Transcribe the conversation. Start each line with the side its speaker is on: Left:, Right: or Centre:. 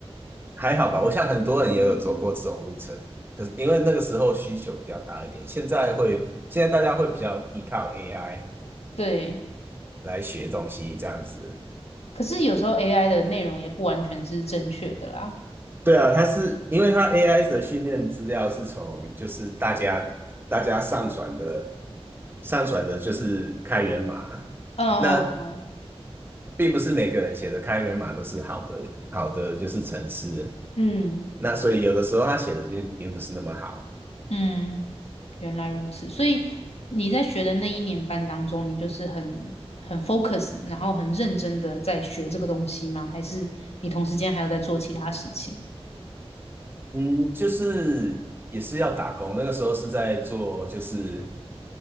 Right: 还好吧。我想很多人也有走过这种路程，可是因为那个时候需求比较大一点，现在会，现在大家会比较依靠 AI
Left: 对，
Right: 来学东西这样子。
Left: 可是有时候 AI 的内容也不完全是正确的啦。
Right: 对啊，它是因为它 AI 的训练资料是从就是大家大家上传的上传的就是开源码，
Left: 嗯
Right: 那并不是每个人写的开源码都是好的好的就是程式。
Left: 嗯
Right: 那所以有的时候他写的就并不是那么好。
Left: 嗯嗯，原来如此。所以你在学的那一年班当中，你就是很很 focus，然后很认真的在学这个东西吗？还是你同时间还有在做其他事情？
Right: 嗯，就是也是要打工，那个时候是在做就是